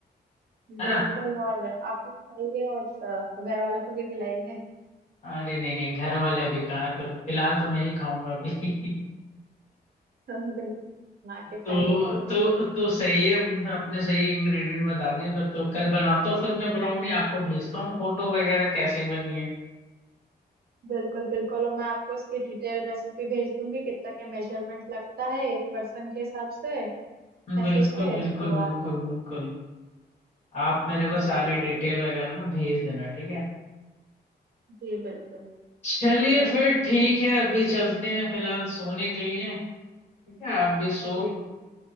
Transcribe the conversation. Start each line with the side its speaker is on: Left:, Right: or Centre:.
Right: बिल्कुल
Left: है ना
Right: और आप भी खाइए और स- घर वालों को भी खिलाइए
Left: अरे नहीं नहीं घर वाले भी कहाँ है फिर फिलहाल तो मैं ही खाऊंगा अभी <laughs>
Right: <laughs> बिल्कुल बना के खाइए
Left: तो तो तो सही है आपने सही इंग्रेडिएंट बता दिए फिर तो कल बनाता हूँ फिर मैं ब्राउनी आपको भेजता हूँ फोटो वगैरह कैसी बनी है
Right: बिल्कुल बिल्कुल और मैं आपको इसकी डिटेल रेसिपी भेज दूंगी कितना क्या मेजरमेंट लगता है एक पर्सन के हिसाब से मैसेज
Left: बिल्कुल
Right: पे
Left: बिल्कुल
Right: तो
Left: बिल्कुल
Right: आप
Left: बिल्कुल आप मेरे को
Right: जी
Left: सारी डिटेल वगैरह ना भेज देना ठीक है
Right: जी बिल्कुल
Left: चलिए
Right: ठीक है
Left: फिर ठीक है अभी चलते हैं फिलहाल सोने के लिए ठीक है आप भी सो
Right: जी जी